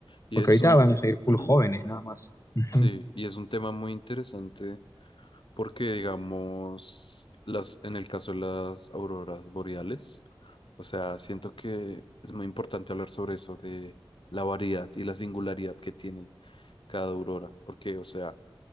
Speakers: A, on the left; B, on the left.
A: y
B: porque
A: es
B: ahorita
A: un...
B: vamos a ir
A: <clears throat>
B: Yes. full
A: Ujú.
B: jóvenes, nada más. Ujú.
A: Sí, y es un tema muy interesante Porque, digamos, las, en el caso de las auroras boreales, o sea, siento que es muy importante hablar sobre eso, de la variedad y la singularidad que tiene cada aurora, porque, o sea,